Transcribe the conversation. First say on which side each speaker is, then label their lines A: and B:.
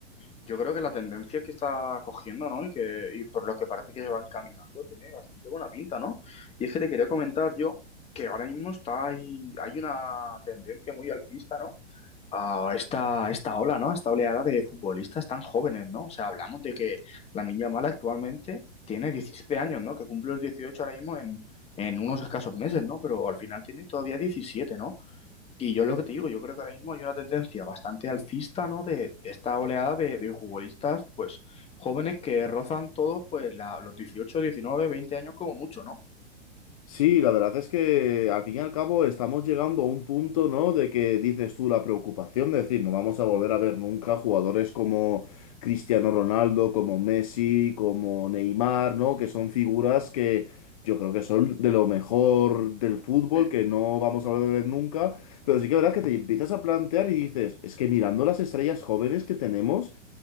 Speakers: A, on the left; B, on the left.
A: Yo creo que la tendencia que está cogiendo, ¿no? Y que y por lo que parece que van caminando, tiene bastante buena pinta, ¿no? Y es que te quería comentar yo que ahora mismo está ahí, hay una tendencia muy alcista, ¿no? A esta, esta ola, ¿no? A esta oleada de futbolistas tan jóvenes, ¿no? O sea, hablamos de que la Yamal actualmente tiene 17 años, ¿no? Que cumple los 18 ahora mismo en, en unos escasos meses, ¿no? Pero al final tiene todavía diecisiete ¿no? Y yo lo que te digo, yo creo que ahora mismo hay una tendencia bastante alcista, ¿no? De esta oleada de, de futbolistas, pues jóvenes que rozan todos, pues la- los 18 19 20 años como mucho, ¿no?
B: Sí, la verdad es que al fin y al cabo estamos llegando a un punto, ¿no? De que dices tú la preocupación de decir, no vamos a volver a ver nunca jugadores como Cristiano Ronaldo, como Messi, como Neymar, ¿no? Que son figuras que yo creo que son de lo mejor del fútbol,
A: Sí,
B: que no vamos a volver a ver nunca. Pero sí que la verdad que te empiezas a plantear y dices, es que mirando las estrellas jóvenes que tenemos.